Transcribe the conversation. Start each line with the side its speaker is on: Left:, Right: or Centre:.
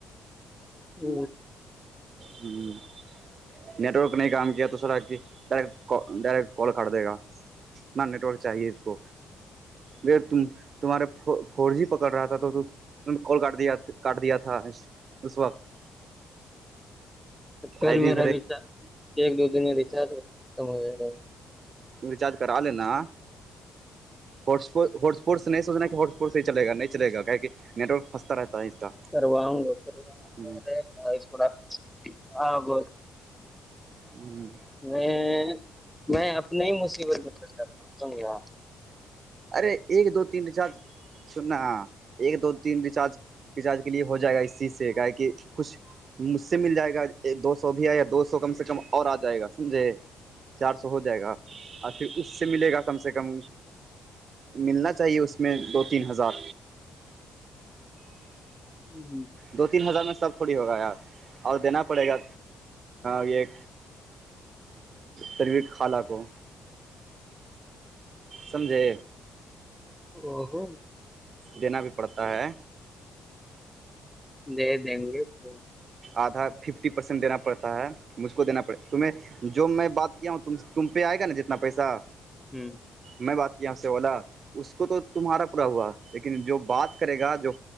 Centre: ہ
Right: ہوں نیٹ ورک نہیں کام کیا تو سرا کہ ڈائرٹ ڈائریکٹ کال کر دے گا نہ نیٹ ورک چاہیے اس کو م تم تمہارے فور جی پکڑ رہا تھا تو ت نے کال کاٹ دیا کاٹ دیا تھا اس وقت
Centre: ہ کل
Right: فائیو جی
Centre: میرا ریچارج ایک دو دن میں ریچارج ختم ہو جائے گا
Right: ریچارج کرا آ ل نا ہپورٹ سے نہیں سونا کہ ہسپورٹ سے ہیلے گا نہیںلے گا کہ نیٹ ورک پھنتا رہتا ہے اس کا
Centre: کرواؤں گا کرواؤں
Right: ہ
Centre: گاے گ تھوڑا ہاں ب
Right: ہوں
Centre: میں میں اپنے ہی مصیبت میں چل جاتا ہوں س
Right: ارے ایک دو تین چار سننا ایک دو تین ریچارج ریچارج کے لیے ہو جائے گا اس چیز سے کا کہ کچھ مجھ سے مل جائے گا ایک دو سو بھی ہے یا دو سو کم سے کم اور آ جائے گا سمجھے چار سو ہو جائے گا اور پھر اس سے ملے گا کم سے کم ملنا چاہیے اس میں دو تین ہزار
Centre: ہ ہوں
Right: دو تین ہزار میں سب تھوڑی ہوگا یار اور دینا پڑے گا یہ تروی خالہ کو سمجھے
Centre: او ہوو
Right: دینا بھی پڑتا ہے
Centre: دے دیں گے کو
Right: آدھا ففٹی پرسینٹ دینا پڑتا ہے مجھ کو دینا پڑتا تمہیں جو میں بات کیا ہوں تم پہ آئے گا نا جتنا پیسہ
Centre: ہوں
Right: میں بات کیا آپ سے اولا اس کو تو تمہارا پورا ہوا لیکن جو بات کرے گا جو